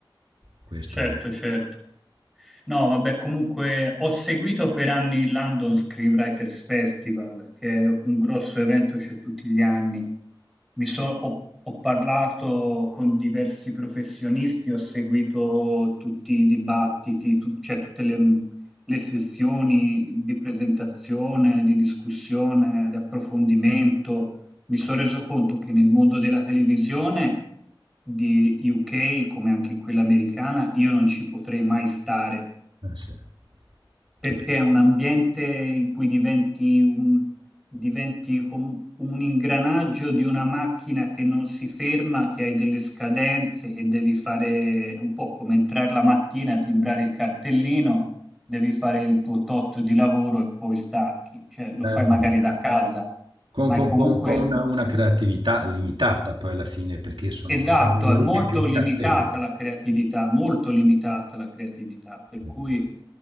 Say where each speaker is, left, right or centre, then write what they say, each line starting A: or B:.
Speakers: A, on the right; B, in the centre.
A: Questo,
B: Certo, certo. No, vabbè, comunque ho seguito per anni il London Screenwriters Festival, che è un grosso evento, c'è tutti gli anni. Mi so- ho, ho parlato con diversi professionisti, ho seguito tutti i dibattiti, tu- cioè tutte le, le sessioni di presentazione, di discussione, di approfondimento. Mi sono reso conto che nel mondo della televisione di UK, come anche in quella americana, io non ci potrei mai stare,
A: eh sì,
B: perché
A: capisco.
B: è un ambiente in cui diventi un, diventi com- un ingranaggio di una macchina che non si ferma, che hai delle scadenze, che devi fare un po' come entrare la mattina, timbrare il cartellino, devi fare il tuo tot di lavoro e poi stacchi, cioè lo
A: Certo.
B: fai magari da casa
A: Con,
B: ma
A: con-
B: è comunque
A: con- con una, una creatività limitata poi alla fine perché sono
B: Esatto,
A: quei lavori
B: è molto
A: che più
B: limitata
A: catena.
B: la creatività, molto limitata la creatività, per
A: Eh
B: cui
A: sì,